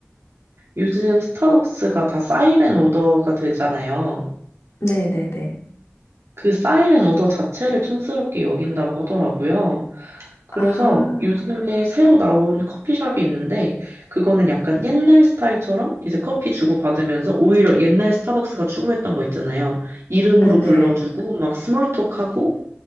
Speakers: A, on the right; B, on the left.
A: 요즘 스타벅스가 다 사이렌 오더가 되잖아요.
B: 네네네.
A: 그 사이렌 오더 자체를 촌스럽게 여긴다고 하더라고요. 그래서
B: 아,
A: 요즘에 새로 나온 커피숍이 있는데, 그거는 약간 옛날 스타일처럼 이제 커피 주고받으면서 오히려 옛날 스타벅스가 추구했던 거 있잖아요. 이름으로 불러주고,
B: 네.
A: 막 스몰톡하고,